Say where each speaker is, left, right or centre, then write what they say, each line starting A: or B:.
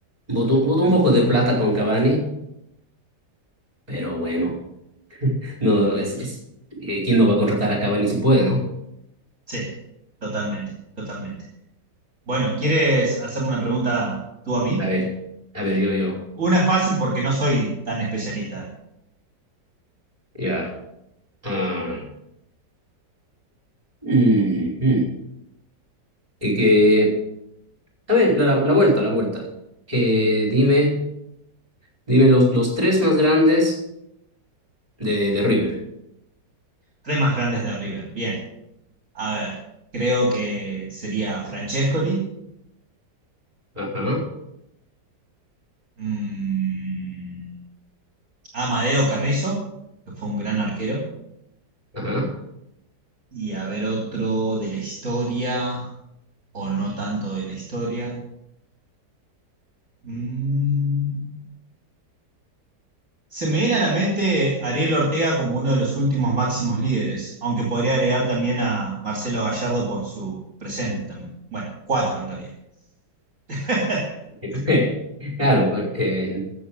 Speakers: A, on the right (about 20°); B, on the right (about 45°).
A: botó, botó un
B: Mm,
A: poco de plata con Cavani, pero bueno, no, es, es- eh, ¿quién no va a contratar a Cavani si puede, no?
B: sí, totalmente, totalmente. Bueno, ¿quieres hacerme una pregunta tú a mí?
A: A ver, a ver, yo, yo,
B: Una fácil porque no soy tan especialista.
A: ya. Ah, mm, mm. Y que A ver, la, la- la vuelta, la vuelta. Eh, dime, dime los, los tres más grandes de, de River.
B: Tres más grandes de River. Bien. A ver, creo que sería Francescoli,
A: Ajá,
B: mm, Amadeo Carrizo, que fue un gran arquero.
A: ajá.
B: Y a ver otro de la historia, o no tanto de la historia. Mm. Se me viene a la mente Ariel Ortega como uno de los últimos máximos líderes, aunque podría agregar también a Marcelo Gallardo por su presente también. Bueno, cuatro en realidad. <laughs>
A: <laughs> Claro, bueno, eh,